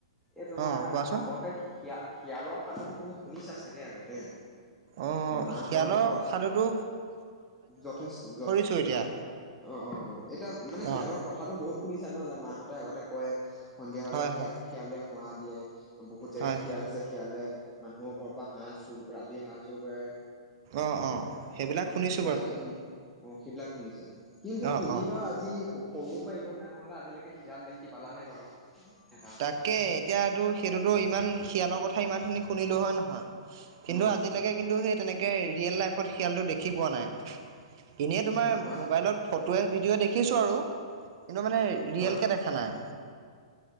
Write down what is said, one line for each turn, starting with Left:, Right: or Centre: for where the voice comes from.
Centre: এই তোমাৰ
Right: অ', কোৱাচোন?
Centre: আগতে শিয়া শিয়ালৰ সাধুটো তুমি শুনিছা চাগে আগতে?
Right: অ',
Centre: মাহঁতৰ
Right: শিয়ালৰ
Centre: মুখৰ
Right: সাধুটো
Centre: যথেষ্ট যথে
Right: ছো এতিয়া।
Centre: অ অ। এতিয়া মানে শিয়ালৰ
Right: অ',
Centre: কথাটো বহুত শুনিছা ন যে মাহঁতে আগতে কয়। সন্ধিয়া হ'লে
Right: হয়,
Centre: শিয়া
Right: হয়,
Centre: শিয়ালে হোৱা দিয়ে, বহুত জেগাত
Right: হয়,
Centre: শিয়াল
Right: হয়,
Centre: আছে শিয়ালে মানুহৰ ঘৰৰ পৰা হাঁহ চোৰ ৰাতি হাঁহ চোৰ কৰে,
Right: অ অ। সেইবিলাক শুনিছো।
Centre: তাৰপিছত অ, সেইবিলাক শুনিছা। কিন্তু
Right: অ',
Centre: তুমি
Right: অ',
Centre: বাও আজি সৰুৰ পৰা ইমান ডাঙৰ হ'লা আজিলেকে শিয়াল দেখি পালানে বাৰু? এটা
Right: তাকে। এতিয়া তোৰ সেইটোতো ইমান শিয়ালৰ কথা ইমানখিনি শুনিলো হয় নহয়? কিন্তু
Centre: অ
Right: আজিলৈকে কিন্তু সেই তেনেকে ৰিয়েল লাইফত শিয়ালটো দেখি পোৱা নাই। ইনেই তোমাৰ
Centre: হয়
Right: মোবাইলত ফটোৱে, ভিডিঅ'য়ে দেখিছো আৰু কিন্তু মানে ৰিয়েলকে
Centre: হয়
Right: দেখা নাই।